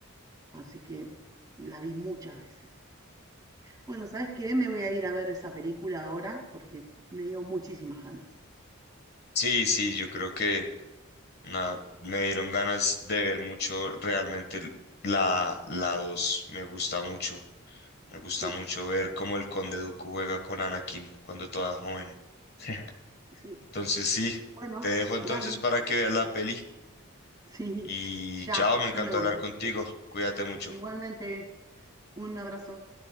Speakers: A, on the right; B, on the left.
A: Así que la vi muchas veces. Bueno, ¿sabes qué? Me voy a ir a ver esa película ahora porque me dio muchísimas ganas.
B: Sí, sí, yo creo que Nada, me dieron ganas de ver mucho realmente el- la, la dos Me gusta mucho. Me gusta
A: Sí,
B: mucho ver cómo el Conde Dooku juega con Anakin cuando toda joven. <laughs>
A: sí.
B: Entonces sí,
A: Bueno,
B: te dejo entonces
A: dale.
B: para
A: <laughs>
B: que veas la peli.
A: Sí,
B: Y
A: ya,
B: chao, me encantó
A: ya me voy.
B: hablar contigo. Cuídate mucho.
A: Igualmente, un abrazo.